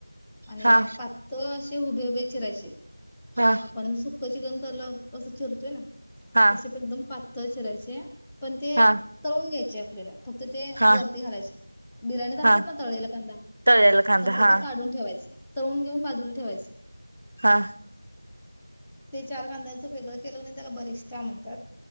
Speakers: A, in the centre; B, on the right (about 45°).
A: आणि
B: हा
A: पात अस ते उभे उभे चिरायचे
B: हा
A: आपण कचिकन कराला असं ठरतोय ना
B: हा
A: तसे पणदम प तचरायचे पण ते
B: हा
A: तळून घ्यायचे मला फक्त ते
B: हा
A: वरती घालायचे बिर्याणीत
B: हा
A: असतात ना तळेलेला कांदा
B: तळलेला कांदा
A: तस
B: हा
A: ते ठेवायच तळुून घेऊन बाजूला ठेवायच
B: हा
A: ते चार कांद्यांच फेव्रट ते लग्न त्याला बरिष्ता म्हणतात